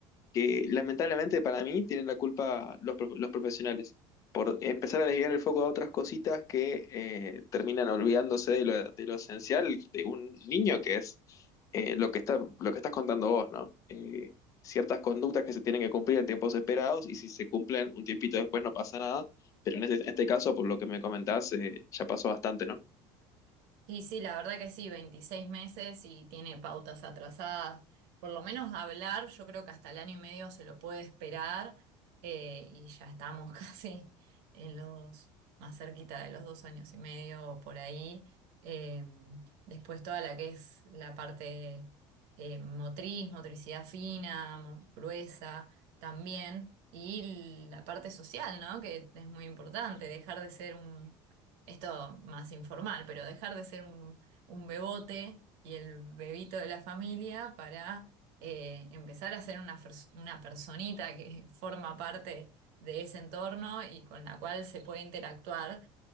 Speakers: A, on the left; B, on the right.
A: que lamentablemente para mí tienen la culpa los, prof- los profesionales por empezar a desviar el foco a otras cositas que eh, terminan olvidándose de lo, de lo esencial de un niño que es eh, lo que está, lo que estás contando vos, ¿no? Eh, ciertas conductas que se tienen que cumplir en tiempos esperados y si se cumplen un tiempito después no pasa nada, pero en este, este caso, por lo que me comentás, eh, ya pasó bastante, ¿no?
B: Y sí, la verdad que sí, 26 meses y tiene pautas atrasadas. Por lo menos hablar, yo creo que hasta el año y medio se lo puede esperar eh, y ya estamos <laughs> casi en los más cerquita de los dos años y medio o por ahí. Eh, después toda la que es la parte eh, motriz, motricidad fina, mo- gruesa también y la parte social, ¿no? Que es muy importante, dejar de ser un esto más informal, pero dejar de ser un, un bebote y el bebito de la familia para eh, empezar a ser una, fers- una personita que <laughs> forma parte de ese entorno y con la cual se puede interactuar